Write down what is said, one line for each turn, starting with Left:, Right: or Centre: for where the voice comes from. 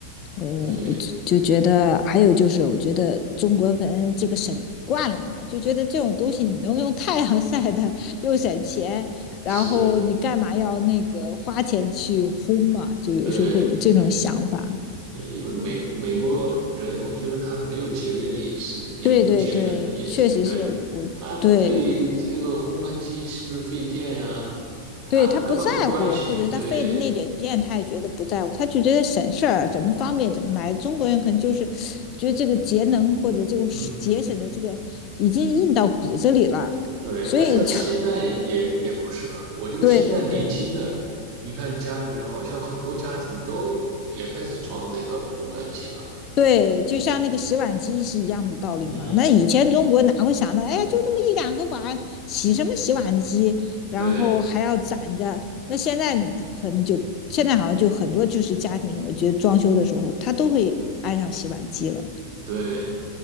Left: 呃，
Right: 对，
Left: 就就觉得，还有就是，我觉得中国可能这个省惯了嘛，就觉得这种东西你能用太阳晒的，又省钱，然后你干嘛要那个花钱去烘嘛？
Right: 是，
Left: 就有时候会有这种想法。
Right: 对对。对，因为美美国人，我觉得他没有节约的意思，也没有节能的意思，
Left: 对对对，确实是我。
Right: 对不对？他对这个烘干机是不是费电呀，
Left: 对，
Right: 他根本不关心。
Left: 对他不在乎，或者他费的那点劲，
Right: 对，
Left: 他也觉得不在乎，他就觉得省事儿，怎么方便怎么来。中国人可能就是觉得这个节能或者这种节省的这个已经印到骨子里了，
Right: 嗯，对。
Left: 所以就
Right: 但是现在也也不是了，
Left: <laughs>
Right: 我觉得现在年轻的，
Left: 对对对
Right: 你看家里面好像很多家庭都也开始装这个烘干机了。
Left: 对，就像那个洗碗机是一样的道理嘛。
Right: 嗯，
Left: 那以前中国哪会想到，哎呀，就这么一两个碗，洗什么洗碗机，然后还要攒着。
Right: 对
Left: 那现在你可能就现在好像就很多就是家庭，我觉得装修的时候他都会。安上洗碗机了，
Right: 对。